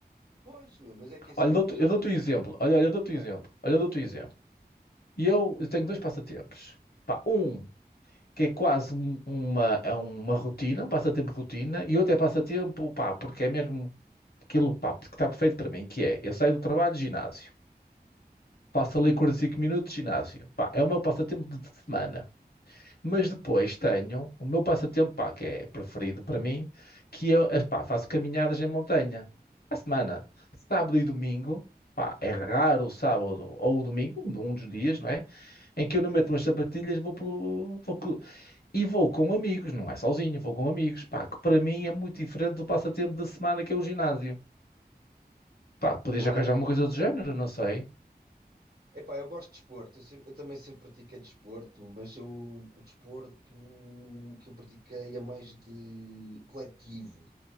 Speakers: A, on the right (about 65°); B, on the left (about 65°).
A: Pois, meu, mas é que assim,
B: Olha, eu
A: eu
B: dou-te
A: gostava.
B: eu dou-te um exemplo. Olha, olha, eu dou-te
A: Yeah.
B: um exemplo. Olha, eu dou-te um exemplo. E eu, eu tenho dois passatempos. Pá, um que é quase um- uma, é uma rotina, um passatempo rotina, e outro é passatempo, pá, porque é mesmo. aquilo, pá, que está perfeito para mim, que é, eu saio do trabalho, ginásio. Faço ali 45 minutos, ginásio. Pá, é o meu passatempo de de semana. Mas depois tenho o meu passatempo, pá, que é preferido para mim, que eu, eh, pá, faço caminhadas em montanha. À semana, sábado e domingo, pá, é raro o sábado ou o domingo, um um dos dias, não é? Em que eu não meto umas sapatilhas, vou pelo, vou co- e vou com amigos, não é sozinho, vou com amigos, pá, que para mim é muito diferente do passatempo da semana que é o ginásio. Pá, podias
A: Ah,
B: arranjar uma coisa do género, não sei.
A: epá, eu gosto de desporto, eu, sempre- eu também sempre pratiquei desporto, mas eu, o desporto que eu pratiquei é mais de coletivo,